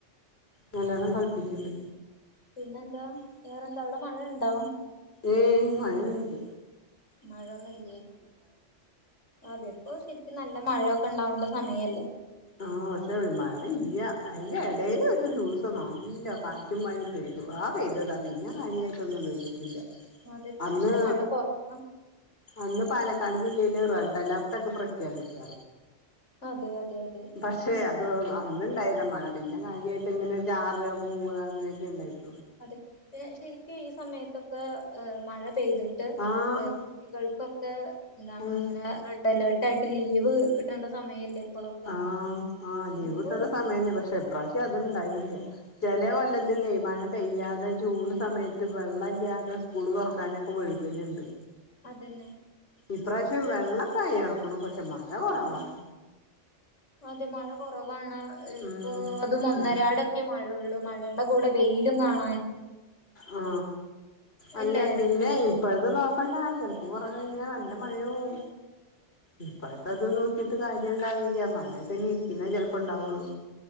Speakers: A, on the left (about 55°); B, on the left (about 80°).
A: നല്ലോണം കളിപ്പിക്കിണ്ട്
B: പിന്നെന്താ വേറെന്താ അവിടെ മഴ ഉണ്ടോ
A: ഏയ് മഴ ന്നുല്ല
B: മഴന്നല്ലേ അതെ പ്പ ശരിക്കും നല്ല മഴയൊക്കെ ഉണ്ടാവണ്ട സമയല്ലേ
A: ആഹ പക്ഷേ ഇല്ല അതിന്റെ ഇടൽ ഒരു ദിവസം നല്ല പാറ്റും പണ ആ പെയ്തതാ പിന്നെ കാര്യായിട്ടൊന്നും ചെയ്തിട്ടില്ല
B: അതെ ഇപ്രാവശ്യം
A: അന്ന്
B: മഴ കൊറവാ
A: അന്ന് പാലക്കാട് <unintelligible> റെഡിഅലെർട്ടൊക്കെ പ്രഖ്യാപിച്ച
B: അതെ അതെ അതെ
A: പക്ഷെ അത് അന്നണ്ടായതാ മഴ പിന്നെ കാര്യയിട്ട് ഇങ്ങനെ ചാറ പോവ്വാ അങ്ങനെയൊക്കെ ഉണ്ടായിട്ട്
B: അതെ പിന്നെ ശരിക്കും ഈ സമയത്തൊക്കെ ഏ മഴ പെയ്തിട്ട്
A: ആഹ്
B: കുട്ടികൾക്കൊക്കെ എന്തങ്ങനെ
A: ഉം
B: റെഡ് അലേർട്ട ആയിട് ലീവ് കിട്ടേണ്ട സമയല്ലേ ഇപ്പോളൊക്കെ
A: ആ ആഹ് ലീവ്
B: ഇപ്പൊ
A: കിട്ടണ്ട സമയന്നെ പക്ഷെ ഇപ്രാവശ്യം അത്ണ്ടായില്ല ചില വല്ലത്തി
B: ഉം
A: അല്ല ഈ മഴ പെയ്യാതെ ജൂൺ സമയത്ത് വെള്ളമല്ലാതെ സ്കൂൾ തുറക്കാനൊക്കെ വയ്‌കലുണ്ട്
B: അതന്നെ
A: ഇപ്രാവശ്യം വെള്ള അയറക്കുന്നു പക്ഷെ മഴ കുറവാ
B: ഉം അതെ മഴ കുറവാണ് ഇപ്പൊ
A: ഉം
B: അതും ഒന്നരടൊക്കെ
A: ഉം
B: മഴയള്ളു മഴയുടെ കൂടെ വെയിലും കാണ
A: ആ അല്ല
B: അല്ലേ
A: പിന്നെ ഇപ്പഴത്തെ നോക്കണ്ട ചിലപ്പോ ഇറ കഴിഞ്ഞാ നല്ല മഴും ഇപ്പായിട്ടത്
B: അതെ
A: നോക്കിട്ട് ക ഉണ്ടാവില്ല മഴേ പിന്നെ ഇരിക്കുന്ന ചെലപ്പോണ്ടാവുള്ളൂ